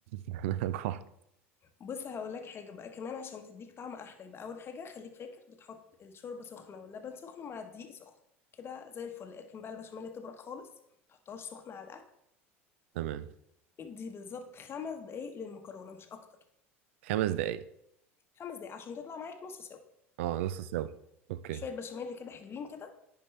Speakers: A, on the right; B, on the left.
A: <laughs> انا جوعت
B: بص هقول لك حاجه بقى كمان عشان تديك طعم احلى يبقى اول حاجه خليك فاكر بتحط الشوربه سخنه واللبن سخن مع الدقيق سخن كده زي الفل اركن بقى البشاميل تبرد خالص ما تحطهاش سخنه على الاكل
A: تمام
B: ادي بالظبط خمس دقايق للمكرونه مش اكتر
A: خمس دقايق
B: خمس دقايق عشان تطلع معاك نص سوا
A: اه نص سوا اوكي
B: شويه بشاميل كده حلوين كده